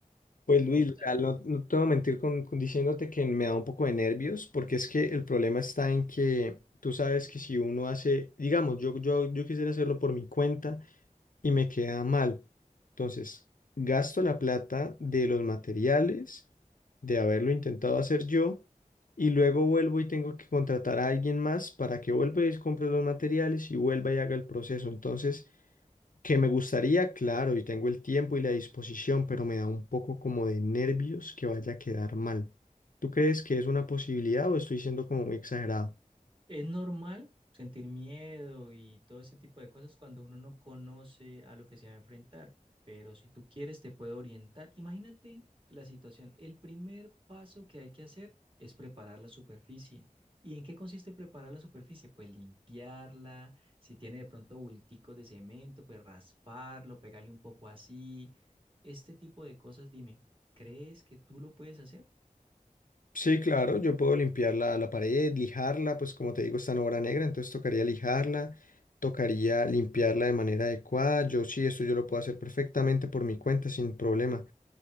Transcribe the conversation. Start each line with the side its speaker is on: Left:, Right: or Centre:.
Left: Pues Luis,
Right: ¿Cómo
Left: o
Right: la
Left: sea, no,
Right: ves?
Left: no te voy a mentir con, con diciéndote que me da un poco de nervios porque es que el problema está en que tú sabes que si uno hace, digamos, yo, yo, yo quisiera hacerlo por mi cuenta. y me queda mal. Entonces, gasto la plata de los materiales, de haberlo intentado hacer yo, y luego vuelvo y tengo que contratar a alguien más para que vuelva y compre los materiales y vuelva y haga el proceso. Entonces, que me gustaría, claro, y tengo el tiempo y la disposición, pero me da un poco como de nervios que vaya a quedar mal. ¿Tú crees que es una posibilidad o estoy siendo como muy exagerado?
Right: Es normal sentir miedo y todo ese tipo de cosas cuando uno no conoce a lo que se va a enfrentar, pero si tú quieres te puede orientar. Imagínate la situación. El primer paso que hay que hacer es preparar la superficie. ¿Y en qué consiste preparar la superficie? Pues limpiarla, si tiene de pronto bulticos de cemento, pues rasparlo, pegarle un poco así. Este tipo de cosas, dime, ¿crees que tú lo puedes hacer?
Left: Sí, claro, yo puedo limpiar la, la pared, lijarla, pues como te digo, está en obra negra, entonces tocaría lijarla, tocaría limpiarla de manera adecuada. Yo sí, esto yo lo puedo hacer perfectamente por mi cuenta, sin problema.